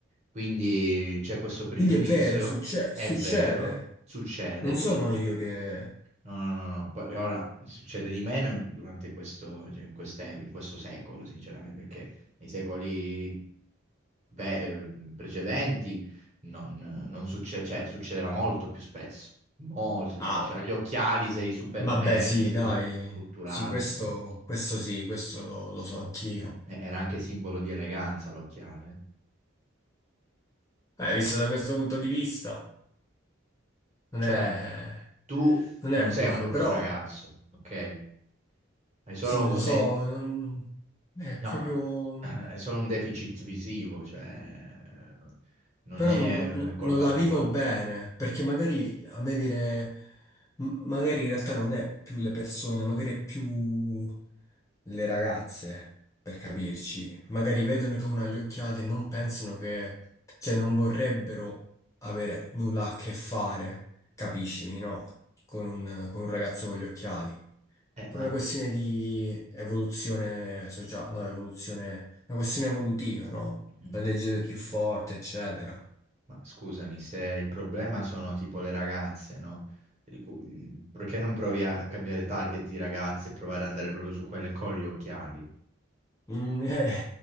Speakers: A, on the right (about 35°); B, on the left (about 15°).
A: Quindi c'è questo pregiudizio,
B: Quindi è vero, succe-
A: è
B: succede.
A: vero, succede,
B: Non
A: può
B: sono
A: succedere.
B: io che...
A: No, no, no, no. Poi ora succede di meno durante questo, cioè, in queste- in questo secolo, sinceramente, perché nei secoli ve- eh, precedenti non, non succe- cioè, succedeva molto più spesso. Molto,
B: Ah,
A: ci diceva gli occhiali, sei super
B: vabbè
A: nerd,
B: sì,
A: sei
B: dai.
A: super culturato.
B: Sì, questo,
A: capito?
B: questo sì, questo lo, lo so anch'io.
A: Eh, era anche simbolo di eleganza l'occhiale.
B: Eh, visto da questo punto di vista, non
A: Cioè,
B: è,
A: tu
B: non
A: non
B: è
A: sei
B: male,
A: un brutto
B: però...
A: ragazzo, ok? Hai
B: Sì,
A: solo
B: lo
A: un,
B: so, non- è
A: No,
B: proprio...
A: eh, <clears throat> è solo un deficit visivo, cioè eh, non
B: però
A: è
B: non, non-
A: eh, colpa
B: non la
A: tua.
B: vivo bene, perché magari a me viene... m- magari in realtà non è più le persone, magari è più le ragazze, per capirci. Magari vedono che uno ha gli occhiali e non pensano che... cioè non vorrebbero avere nulla a che fare, capiscimi, no? Con un, con un ragazzo con gli occhiali.
A: Eh,
B: per
A: ma,
B: una questione di evoluzione sociale, no, evoluzione, una questione evolutiva, no?
A: Mm.
B: La legge del più forte, eccetera.
A: ma scusami, se il problema sono tipo le ragazze, no? Il cu- mm, Perché non provi a cambiare target di ragazze e provare ad andare proprio su quelle con gli occhiali?
B: Mm, <laughs> eh,